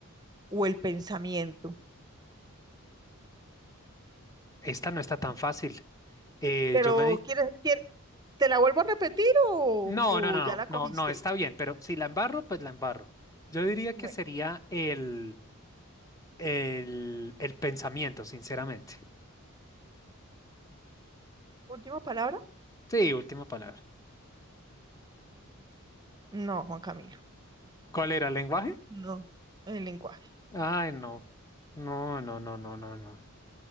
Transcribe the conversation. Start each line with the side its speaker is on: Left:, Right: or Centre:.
Right: o el pensamiento.
Left: esta no está tan fácil. Eh,
Right: Pero,
Left: yo me... di-
Right: ¿quieres, quier- te la vuelvo a repetir o,
Left: No,
Right: o
Left: no, no,
Right: ya
Left: no,
Right: la cogiste?
Left: no, no, está bien, pero si la embarro, pues la embarro. Yo diría
Right: Bueno,
Left: que sería el, el, el pensamiento, sinceramente.
Right: última palabra.
Left: Sí, última palabra.
Right: No, Juan Camilo,
Left: ¿Cuál era el lenguaje?
Right: no, el lenguaje.
Left: Ay, no. No, no, no, no, no, no.